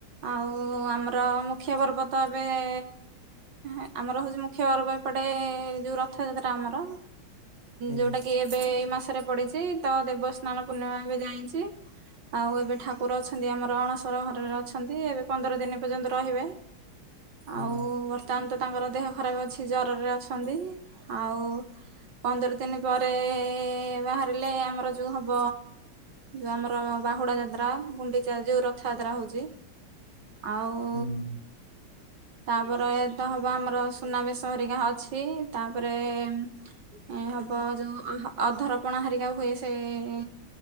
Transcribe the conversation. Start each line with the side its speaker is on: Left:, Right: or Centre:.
Right: ଆଉ ଆମର ମୁଖ୍ୟ ପର୍ବ ତ ଏବେ ଏ ଏ ଆମର ହଉଛି ମୁଖ୍ୟ ପର୍ବ ଏପଟେ ଏ ଯୋଉ ରଥ ଯାତ୍ରା ଆମର
Left: ହୁଁ
Right: ଯୋଉଟା କି ଏବେ ଏଇ ମାସରେ ପଡିଛି ତ ଦେବସ୍ନାନ ପୂର୍ଣ୍ଣିମା ଏବେ ଯାଇଛି। ଆଉ ଏବେ ଠାକୁର ଅଛନ୍ତି ଆମର ଅଣସର ଘରରେ ଅଛନ୍ତି ଏବେ ପନ୍ଦର ଦିନ ପର୍ଯ୍ୟନ୍ତ ରହିବେ।
Left: ହୁଁ
Right: ଆଉ ଉ ବର୍ତ୍ତମାନ ତ ତାଙ୍କର ଦେହ ଖରାପ ଅଛି ଜରରେ ଅଛନ୍ତି ଆଉ ପନ୍ଦର ଦିନ ପରେ ଇ ଇ ବାହାରିଲେ ଆମର ଯୋଉ ହବ ଯୋଉ ଆମର ବାହୁଡା ଯାତ୍ରା ଗୁଣ୍ଡିଚା ଯୋଉ ରଥ ଯାତ୍ରା ହଉଛି ଆଉ
Left: ହୁଁ
Right: ତାପରେ ତ ହବ ଆମର ସୁନାବେଶ ହେରିକା ଅଛି ତାପରେ ଏ ଏ ହବ ଯୋଉ ଅ ଅଧରପଣା ହାରିକା ହୁଏ ସେ ଏ